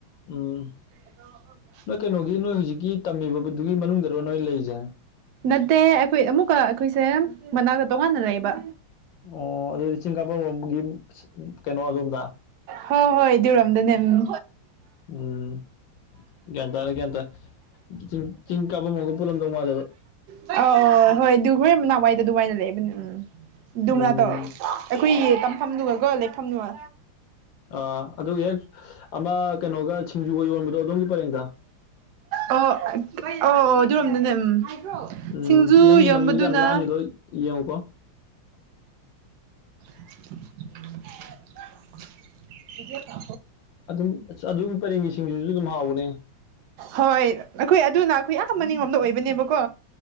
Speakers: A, on the left; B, on the right.
A: ꯎꯝ
B: ꯑ
A: ꯅꯣꯏ ꯀꯩꯅꯣꯒꯤ ꯅꯣꯏ ꯍꯧꯨꯖꯤꯛꯀꯤ ꯇꯝꯃꯤꯕꯗꯨꯒꯤ ꯃꯅꯨꯡꯗꯔꯣ ꯅꯣꯏ ꯂꯩꯔꯤꯁꯦ
B: ꯅꯠꯇꯦ ꯑꯩꯈꯣꯏ ꯑꯃꯨꯛꯀ ꯑꯩꯈꯣꯏꯁꯦ ꯃꯅꯥꯛꯇ ꯇꯣꯉꯥꯟꯅ ꯂꯩꯕ
A: ꯑꯣ ꯑꯗꯨ ꯆꯤꯡ ꯀꯥꯕꯝ ꯂꯣꯝꯒꯤ ꯀꯩꯅꯣ ꯑꯗꯣꯝꯗ
B: ꯍꯣꯏ ꯍꯣꯏ ꯑꯗꯨꯔꯣꯝꯗꯅꯦ ꯎꯝ
A: ꯎꯝ ꯒ꯭ꯌꯥꯟ ꯇꯥꯔꯦ ꯒ꯭ꯌꯥꯟ ꯇꯥꯔꯦ ꯆꯤꯡ ꯆꯤꯡ ꯀꯥꯕꯝꯃꯒ ꯄꯨꯜꯂꯝꯗꯧ ꯃꯥꯜꯂꯦꯕ
B: ꯑ ꯑ ꯍꯣꯏ ꯗꯨꯣꯏ ꯃꯅꯥꯎꯋꯥꯏꯗ ꯑꯗꯨꯃꯥꯏꯗ ꯂꯩꯕꯅꯦ ꯎꯝ
A: ꯎꯝ
B: ꯃꯅꯥꯠꯇꯧ ꯑꯩꯈꯣꯏ ꯇꯝꯐꯝꯗꯨꯉꯀꯣ ꯂꯩꯐꯝꯗꯨꯉ
A: ꯑꯥ ꯑꯗꯨꯒ ꯍꯦꯛ ꯑꯃ ꯀꯩꯅꯣꯒ ꯁꯤꯡꯖꯨꯒ ꯌꯣꯟꯕꯗꯣ ꯑꯗꯣꯝꯒꯤ ꯄꯔꯦꯡꯗ
B: ꯑꯣ ꯑꯣ ꯑꯣ ꯑꯗꯨꯔꯣꯝꯗꯅꯦ ꯎꯝ
A: ꯎꯝ
B: ꯁꯤꯡꯖꯨ
A: ꯅꯪꯒꯤ
B: ꯌꯣꯟꯕꯗꯨꯅ
A: ꯃꯅꯤꯡꯗꯤꯣ ꯌꯥꯝ ꯂꯥꯡꯉꯤꯗꯣ ꯌꯦꯡꯉꯨꯀꯣ
B: <inaudible> ꯏ ꯀꯄ
A: ꯑꯗꯨꯝ ꯑꯗꯨꯒꯤ ꯄꯔꯦꯡꯒꯤ ꯁꯤꯡꯁꯤꯁꯨ ꯑꯗꯨꯝ ꯍꯥꯎꯕꯅꯦ
B: ꯍꯣꯏ ꯑꯩꯈꯣꯏ ꯑꯗꯨꯅ ꯑꯩꯈꯣꯏ ꯃꯅꯤꯡꯂꯣꯝꯗ ꯑꯣꯏꯕꯅꯦꯕꯀꯣ